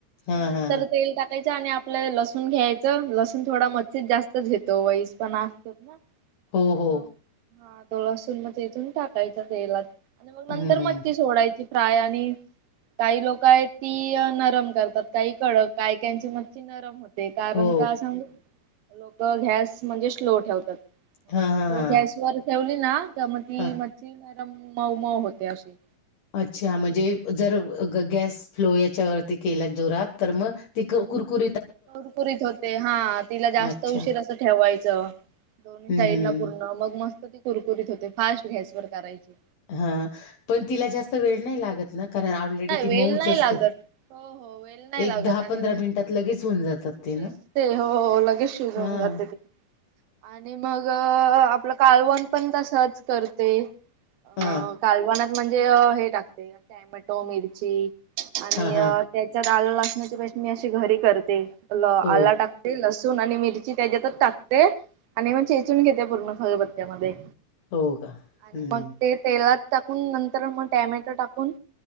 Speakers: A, on the left (about 55°); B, on the right (about 80°).
A: हा
B: म नंतर
A: हा
B: तेल टाक तेच्यान आणि आपल लसुन घ्यायचं लसून थोडा मच्छित जास्तच घेतो वईस पणा असतो ना.
A: हो हो
B: हा लसून मग ठेचून टाकायच तेलात आणि मग
A: हम्म
B: नंतर
A: हम्म
B: मचं ती सोडायची प्राय आणि काही लोक आहेत ती नरम करतात, काही कडक, काही काहीची मच्छी नरम होत ते कारण
A: हो
B: का सांगू, लोकं गॅस म्हणजे स्लो ठेवतात.
A: हा
B: स्लो
A: हा हा
B: गॅस वर ठेवली ना, तर मग ती
A: हा
B: मच्छी नरम मऊ, मऊ होते अशी.
A: अच्छा म्हणजे जर गॅस फ्लो याच्यावरती केला जोरात म ती कुरकुर
B: करकुरीत होते हा, तिला जास्त
A: अच्छा
B: उशीर असं ठेवायचं. दोन्ही
A: हम्म
B: साईडन
A: हम्म
B: पूर्ण, मग मस्त ती कुरकुरीत होते फास्ट गॅस वर करायची.
A: हा, पण तिला जास्त वेळ नाही लागत ना, कारण ऑलरेडी
B: नाही
A: ती
B: वेल
A: मऊच
B: नाही
A: असते.
B: लागत. हो हो. वेल नाही
A: एक
B: लागत
A: दहा
B: आणि
A: पंधरा मिनिटात लगेच होऊन जातात ते
B: शिजते
A: ना?
B: हो हो लगेच शिजून
A: हां
B: जाते ते. आणि मगं आपलं कालवण पण तसंच करते. अ
A: हां,
B: कालवनात म्हणजे अ हे टाकते टॅमॅटो, मिरची आणि
A: हां, हां.
B: त्याच्यात आलं लसणाची पेस्ट मी अशी घरी करते आला
A: हो,
B: टाक ते लसूण आणि मिरची त्याच्यातचं टाकते आणि मग चेचून घेते पूर्ण खलबत्त्यामध्ये.
A: हो का?
B: आणि
A: हं.
B: मग ते तेलात टाकून नंतर मग टॅमॅटो टाकून